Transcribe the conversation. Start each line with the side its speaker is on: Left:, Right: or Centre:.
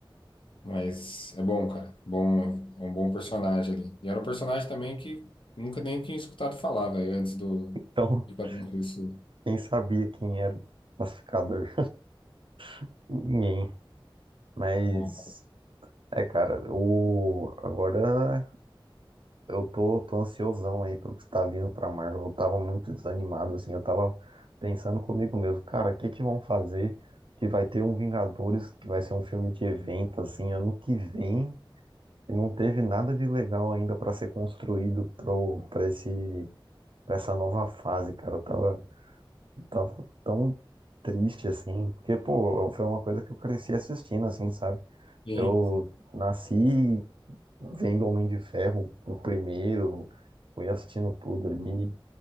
Left: Mas é bom, cara. Bom, é um bom personagem ali. E era um personagem também que nunca nem tinha escutado falar, velho, antes do
Right: Então,
Left: do Capitão
Right: <laughs>
Left: isso
Right: quem sabia quem era o classificador? <laughs> Ninguém. Mas,
Left: Ó,
Right: é, cara, o, agora Eu tô, tô ansiosão aí pelo que tá vindo pra Marvel. Eu tava muito desanimado, assim. Eu tava pensando comigo mesmo, cara, o que que vão fazer que vai ter um Vingadores, que vai ser um filme de evento, assim, ano que vem, e não teve nada de legal ainda pra ser construído pro, pra esse, pra essa nova fase, cara. Eu tava, tava tão triste, assim, porque, pô, foi uma coisa que eu cresci assistindo, assim, sabe?
Left: Sim,
Right: Eu
Left: sim.
Right: nasci vendo Homem de Ferro, o primeiro, fui assistindo tudo ali.